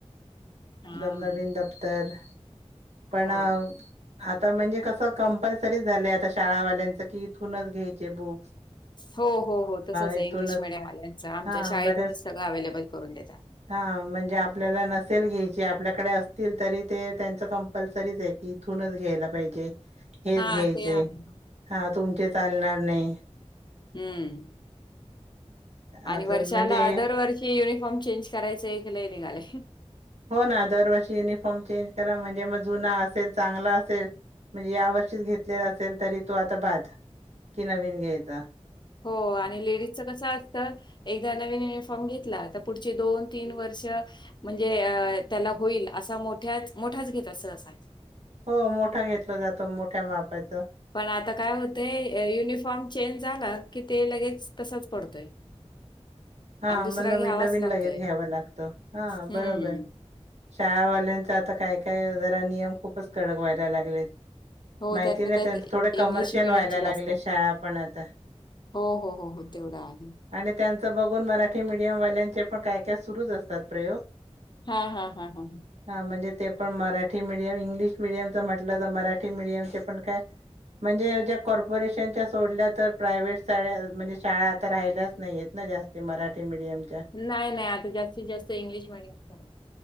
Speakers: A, on the left (about 40°); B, on the right (about 75°).
A: हां,
B: दब नवीन दफ्तर पण
A: हो.
B: आता म्हणजे कसं कंपल्सरी झालंय आता शाळावाल्यांचं की इथूनच घ्यायचे बुक
A: हो हो हो तसचं
B: इथूनच
A: हे इंग्लिश मिडियमवाल्यांचं आमच्या
B: हा
A: शाळेतूनच
B: बरेच
A: सगळं अवेलेबल करून देता.
B: हा म्हणजे आपल्याला नसेल घ्यायची आपल्याकडे अस तील तरी ते त्यांच कंपल्सरीच आहे की इथूनच घ्यायला पाहिजे. हेच
A: हां,
B: घ्यायचेंय
A: ते आहे.
B: हा तुमचे चालणार नाही.
A: हम्म आणि
B: आता
A: वर्षाला
B: म्हणजे
A: दर वर्षी युनिफॉर्म चेंज करायचं एक लय निघालयं.
B: हो ना दरवर्षी युनिफॉर्म चेंज करा, म्हणजे मग जुना असेल चांगला असेल. म्हणजे या वर्षीच घेतलेला असेल, तरी तो आता बाद कि नवीन घ्यायचा.
A: हो आणि लेडीजचं कसं असतं. एकदा नवीन युनिफॉर्म घेतला की पुढची दोन-तीन वर्ष म्हणजे अं त्याला होईल असा मोठ्याच मोठाच घेत अस असा.
B: हो मोठा घेतला जातो मोठ्या मापाचं.
A: पण आता काय होतय युनिफॉर्म चेंज झाला. कि ते लगेच तसाच पडतोय.
B: हा
A: आणि दुसरा
B: मग नवीन
A: घ्यावाच
B: नवीन
A: लागतोय.
B: लगेच घ्याव लागतं हा
A: हं.
B: बरोबर शाळावाल्यांच आता काय काय जरा नियम खूपच कडक व्हायला लागलेत.
A: हो,
B: माहिती
A: त्यातल्या
B: नाही
A: त्यात
B: त्यांच थोडं कमर्शियल
A: इंग्लिश मीडियमची
B: व्हायला
A: जास्त.
B: लागलयं, शाळा पण आता.
A: हो हो हो हो तेवढा आहे.
B: आणि त्यांचं बघून मराठी मीडियम वाल्यांचे पण काय काय सुरूच असतात प्रयोग.
A: हा हा हा हा.
B: हा म्हणजे ते पण मराठी मिडियम इंग्लिश मिडियमच म्हटलं तर मराठी मिडियमशी पण काय. म्हणजे ज्या कॉर्पोरेशनच्या सोडल्या तर प्रायव्हेट शाळा म्हणजे शाळा आता राहिल्याच नाहीयेत ना जास्त. ते मराठी मीडियम.
A: नाही नाही आता जास्तीत जास्त इंग्लिश मीडियमच आहे.